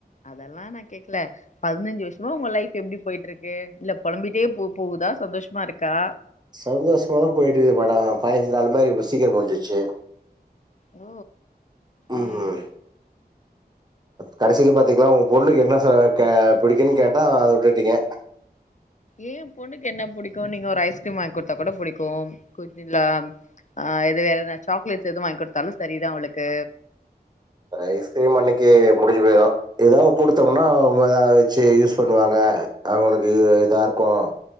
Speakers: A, on the left; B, on the right.
A: அதெல்லா நா கேக்கல பதினஞ்சு வருஷமா உங்க லைஃப் எப்டி போயிட்டு இருக்கு இல்ல பொலம்பிட்டே போ போவுதா சந்தோஷமா இருக்கா
B: சந்தோஷமா தா போயிட்டுக்கு மேடம் பதினைஞ்சி நாள் மாரி இவ்ள சீக்கிரோ முஞ்சிருச்சு
A: ஓ
B: ம்
A: உம்
B: கடைசியில பாத்தீங்களாம் உங்க பொண்ணுக்கு என்ன புடிக்குன்னு கேட்டா அத வுட்டுடிகங்க <inaudible>
A: ஏன் பொண்ணுக்கு என்ன பிடிக்கும் நீங்க ஒரு ஐஸ்கிரீம் வாங்கி கொடுத்தா கூட புடிக்கும் குப்பிங்களா ஆ எது வேறன சாக்லேட்ஸ் எதுவும் வாங்கி் கொடுத்தாலும் சரிதான் அவளுக்கு
B: ரயிஸ்கிரீம் அன்னைக்கு முடிஞ்சு போயிரும் ஏதாவது கொடுத்தோம்னாாவ வச்சு யூஸ் பண்ணுவாங்க அவங்களுக்கு இதாருக்கும்